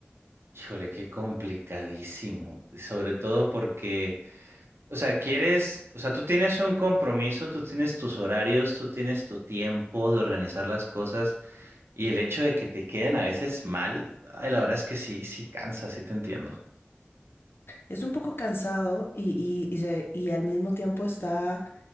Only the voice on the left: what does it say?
Es un poco cansado y, y, y se- y al mismo tiempo está